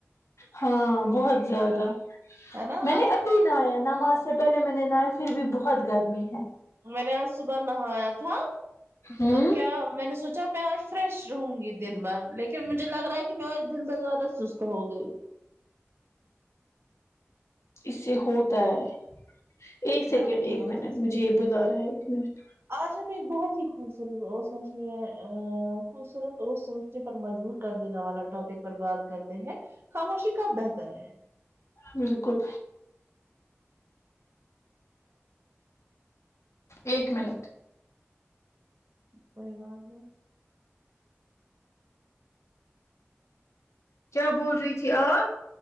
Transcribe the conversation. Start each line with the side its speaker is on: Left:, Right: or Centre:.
Left: ہاں بہت زیادہ
Right: ہے نا
Left: میں نے ابھی نہایا نماز سے پہلے میں نے نایا پھر بھی بہت گرمی ہے
Right: میں نے آج صبح نہا آیا تھا
Left: ہاں
Right: تو کیا میں نے سوچا میں آج فریش رہوں گی دن بھر لیکن مجھے لگ رہا ہے کہ میں آج دن بھر زیادہ سست ہو گئی
Left: اس سے ہوتا ہے ایک سیکنڈ
Right: دم کی
Left: ایک
Right: وجہ
Left: منٹ
Right: سے
Left: مجھے یہ بلا رہا ہے ایک منٹ
Right: آج ہمیں ایک بہت ہی خوبصورت اور سوچنی ہے خوبصورت اور سوچ پر مجبور کر دینے والا ٹاپک پر بات کرتے ہیں خاموشی کب بہتر ہے
Left: بالکل ایک منٹ
Right: کوئی بات نہیں
Left: کیا بول رہی تھی آپ